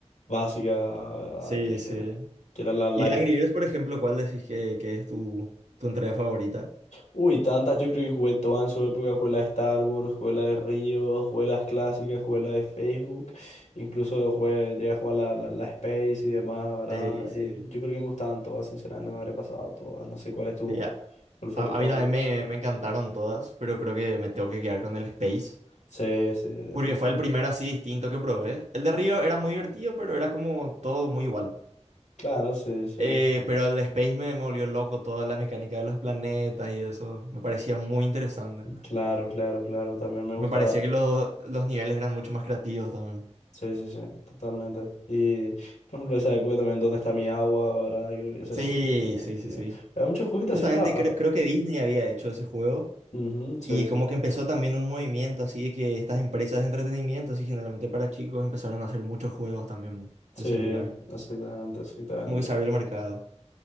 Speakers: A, on the left (about 80°); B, on the right (about 75°).
A: básica, ¿verdad?
B: Sí,
A: Que,
B: sí.
A: que era, que era la light.
B: Y de Angry Birds, por ejemplo, ¿cuál decís que, que es tu, tu entrega favorita?
A: Uy, tantas, yo creo que jugué todas en su época, jugué la de Star Wars, jugué la de Río, jugué las clásicas, jugué la de Facebook, incluso jugué, llegué a jugar la, la, la Space y demás, ¿verdad?
B: Sí, sí.
A: Y yo creo que me gustaban todas, sinceramente, me habré pasado todas, no sé cuál es tu,
B: Sí, a,
A: cuál fue
B: a-
A: tu favorito.
B: a mí también me, me encantaron todas, pero creo que me tengo que quedar con el Space.
A: Sí, sí, definitivamente.
B: Porque fue el primero así distinto que probé. El de Río era muy divertido, pero era como todo muy igual.
A: Claro, sí, sí.
B: Eh, pero el de Space me, me volvió loco, toda la mecánica de los planetas y eso. Me parecía muy interesante.
A: Claro, claro, claro, también me
B: Me
A: gusta,
B: parecía que los, los niveles eran mucho más creativos también.
A: sí, sí, sí, totalmente. Y, por ejemplo, esa época también, ¿dónde está mi agua, ¿verdad? Yo creo que eso
B: Sí,
A: era muy divertido.
B: sí, sí, sí.
A: Había muchos juegos que te
B: Justamente
A: hacían trabajar,
B: cre-
A: ¿no?
B: creo que Disney había hecho ese juego
A: Ujú,
B: y
A: sí, sí.
B: como
A: sí.
B: que empezó también un movimiento así de que estas empresas de entretenimiento, así generalmente para chicos, empezaron a hacer muchos juegos también
A: Sí,
B: de celular.
A: exactamente, exactamente.
B: Como que se abrió el mercado.